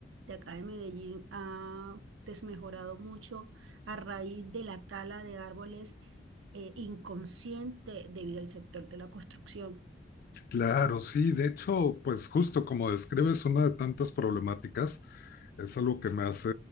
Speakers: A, on the right; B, on the left.
A: de acá de Medellín ha desmejorado mucho a raíz de la tala de árboles eh, inconsciente debido al sector de la construcción.
B: Claro, sí, de hecho, pues justo como describes una de tantas problemáticas, es algo que me hace,